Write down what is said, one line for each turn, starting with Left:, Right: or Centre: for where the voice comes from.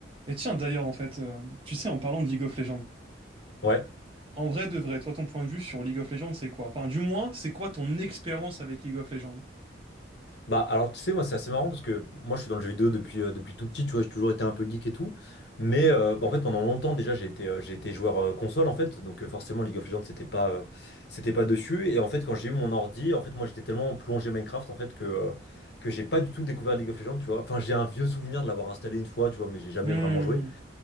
Right: Et tiens, d'ailleurs, en fait, euh, tu sais, en parlant de League of Legends,
Left: Ouais.
Right: en vrai de vrai, toi, ton point de vue sur League of Legends, c'est quoi? Enfin, du moins, c'est quoi ton expérience avec League of Legends?
Left: Bah alors tu sais moi c'est assez marrant parce que moi je suis dans le jeu vidéo depuis euh, depuis tout petit, tu vois, j'ai toujours été un peu geek et tout. Mais euh, bah, en fait pendant longtemps déjà j'ai été euh, j'ai été joueur euh, console en fait, donc euh, forcément League of Legends c'était pas euh, c'était pas dessus et en fait quand j'ai eu mon ordi, en fait moi j'étais tellement plongé Minecraft en fait que euh, que j'ai pas du tout découvert League of Legends, tu vois. Enfin, j'ai un vieux souvenir de l'avoir installé une fois, tu vois, mais j'ai jamais
Right: Hmm,
Left: vraiment joué.